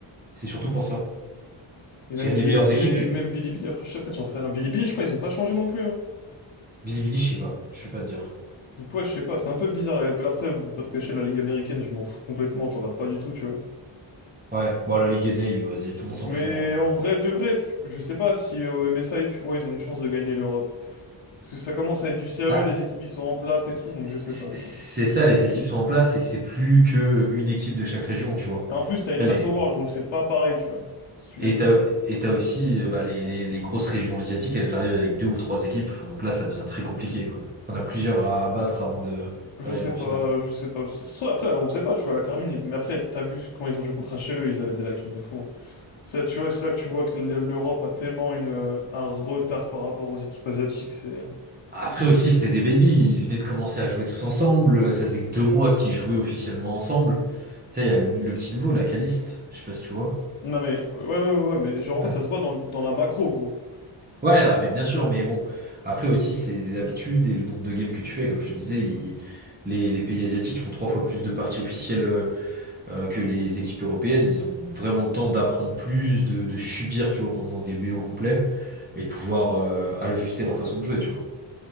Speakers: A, on the right (about 20°); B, on the left (about 90°).
A: C'est surtout pour ça.
B: Et
A: Parce
B: même
A: qu'il y
B: Billy,
A: a des meilleures
B: et
A: équipes que,
B: même Bilibili, après, je- en fait j'en sais rien. Bilibili, je crois ils ont pas changé non plus. hein.
A: Bilibili, je sais pas. Je peux pas te dire.
B: Donc ouais, je sais pas, c'est un peu bizarre la LPL après, je vais pas te cacher, la Ligue américaine, je m'en fous complètement, je regarde pas du tout, tu vois.
A: Ouais. Bon, la Ligue Enei, vas-y, tout le monde s'en
B: Mais
A: fout, en vrai.
B: en vrai de vrai, tu- je sais pas si au MSI, tu vois, ils ont une chance de gagner l'Europe. Parce que ça commence à être du sérieux,
A: Bah,
B: les équipes ils sont en place et tout,
A: C'est
B: donc
A: c'est-
B: je sais pas, tu
A: c'est
B: vois.
A: ça, les équipes sont en place et c'est plus que une équipe de chaque région, tu vois.
B: Et en plus, t'as une
A: Allez.
B: place au World, donc c'est pas pareil, tu vois, si tu
A: Et
B: gagnes.
A: t'as, et t'as aussi euh, bah, les, les, les grosses régions asiatiques, elles arrivent avec deux ou trois équipes. Donc là, ça devient très compliqué, quoi. T'en as plusieurs à abattre avant de
B: Je
A: d'arriver
B: sais
A: en
B: pas,
A: finale.
B: je sais pas. Ça se trouve, Après, on sait pas, tu vois, la Carmine, mais après, t'as vu quand ils ont joué contre HLE, ils avaient des lacunes de fou. hein. Ça, tu vois, c'est là que tu vois que l'Europe a tellement une, euh, un retard par rapport aux équipes asiatiques, c'est...
A: Après aussi, c'était des baby Ils venaient de commencer à jouer tous ensemble. Ça faisait que deux mois qu'ils jouaient officiellement ensemble. Tu sais, il y a le, le petit nouveau, la Caliste. Je sais pas si tu vois.
B: Non mais ouais ouais ouais mais genre en
A: Ah,
B: fait ça se voit dans, dans la macro gros.
A: Ouais, ah, mais bien sûr, mais bon, après aussi c'est l'habitude et le nombre de games que tu fais, comme je te disais, ils- les, les pays asiatiques font trois fois plus de parties officielles euh, euh, que les équipes européennes, ils ont vraiment le temps d'apprendre plus, de, de subir, tu vois, pendant des BO complets, et de pouvoir euh, ajuster leur façon de jouer, tu vois.